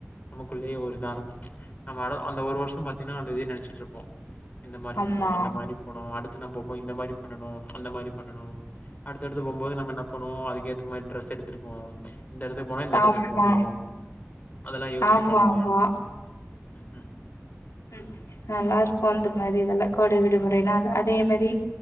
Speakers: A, on the left; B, on the left.
A: நமக்குள்ளே ஒரு இதா இருக்கும் நம்ம அ அந்த ஒரு வர்ஷம் பாத்தீனா அந்த இதே நினைச்சிட் இருப்போம் இந்த மாரி
B: ஆமா
A: போனுஅந்த மாரி போனு அடுத் நம்ம இந்த மாரி பண்ணனு அந்த மாரி பண்ணனு அடுத் எடுத்து போம்போது நம்ம என்ன பண்ணுவோ அதுக்கேத்த மரி ட்ரெஸ் எடுத்துட் போவோ இந்த எடத்துக்கு போனா இந்த
B: ஆமா
A: ட்ரெஸ் போட்ணு அதெல்லா யோசிப்போ
B: ஆமா
A: உண்மையா
B: ஆமா
A: ம் ம்
B: ம் நல்லா இருக்கு அந்த மரி இதெல்லா கோடை விடுமுறைனா அதே மரி